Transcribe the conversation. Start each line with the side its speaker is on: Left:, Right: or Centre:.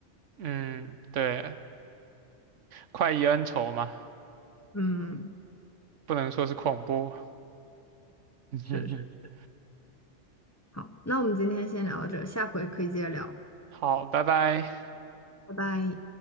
Right: 嗯，对，快意恩仇嘛，
Left: 嗯，
Right: 不能说是恐怖。<laughs>
Left: 是是，好，那我们今天先聊到这儿，下回可以接着聊，
Right: 好，拜拜。
Left: 拜拜。